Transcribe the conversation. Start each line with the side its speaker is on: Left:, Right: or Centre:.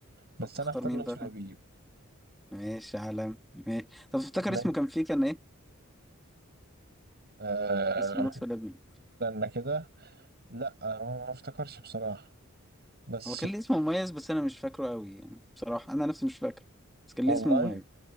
Right: بس
Centre: طب تختار
Right: انا اختار
Centre: مين
Right: لطفي
Centre: بقى؟
Right: لبيب
Centre: ماشي عالم ماشي طب تفتكر
Right: بحب من
Centre: اسمه كان فيه كان إيه؟
Right: آه
Centre: اسم لطفي لبيب
Right: استنى كده لا ما ما افتكرش بصراحة بس
Centre: هو كان ليه اسم مميز بس انا مش فاكره قوي يعني بصراحة انا نفسي مش فاكره بس كان
Right: والله
Centre: ليه اسم مميز